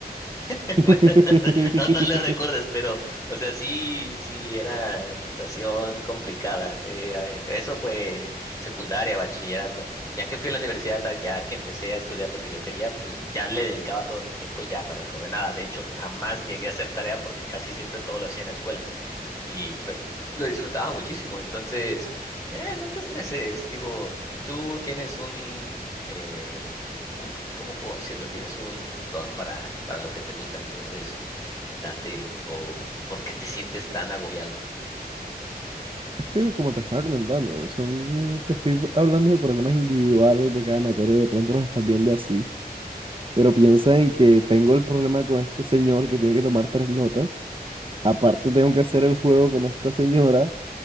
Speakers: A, on the left; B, on the right.
A: <laughs>
B: <laughs>
A: Bueno, no, no no le recuerdes, pero, o sea, sí, sí, era situación complicada. Eh, ay, eso fue secundaria, bachillerato. Ya que fui a la universidad, ah, ya que empecé a estudiar lo que yo quería, pues ya le dedicaba todo mi tiempo y ya no reprobé nada. De hecho, jamás llegué a hacer tarea porque casi siempre todo lo hacía en la escuela y pues lo disfrutaba muchísimo. Entonces, eh, no te estreses, digo, tú tienes un, eh, ¿cómo, cómo puedo decirlo? Tienes un, un don para, para lo que te gusta, entonces date o ¿por qué te sientes tan agobiado?
B: que como te estaba comentando, son, te estoy hablando de problemas individuales de cada materia y de pronto los estás viendo así, pero piensa en que tengo el problema con este señor que tiene que tomar tres notas, aparte
A: Ujú,
B: tengo que hacer el juego con esta señora